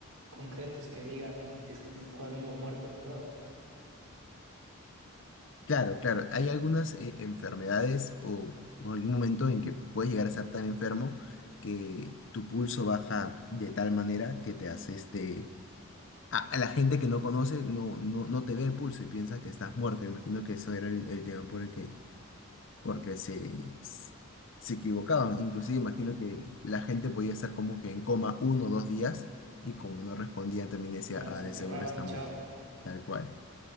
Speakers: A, on the right; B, on the left.
A: concretos que digan si es que estaba vivo o muerto, de verdad.
B: Claro, claro, hay algunas eh, enfermedades o, o algún momento en que puedes llegar a estar tan enfermo que tu pulso baja de tal manera que te hace este a, a la gente que no conoce no, no, no te ve el pulso y piensa que estás muerto. Me imagino que eso era el, el tema por el que porque se, se se equivocaban. Inclusive imagino que la gente podía estar como que en coma uno o dos días y como no respondían también decía,
A: Claro,
B: ah,
A: los enterraban
B: de seguro está
A: y chao.
B: muerto. Tal cual.